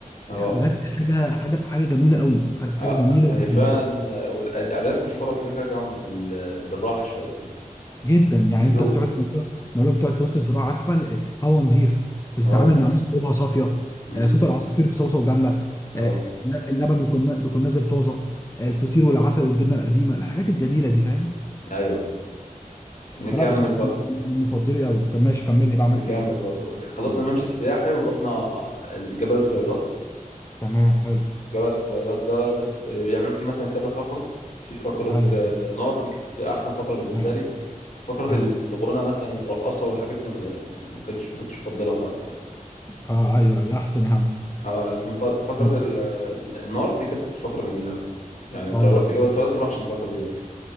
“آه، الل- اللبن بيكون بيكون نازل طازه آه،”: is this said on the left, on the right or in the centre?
Left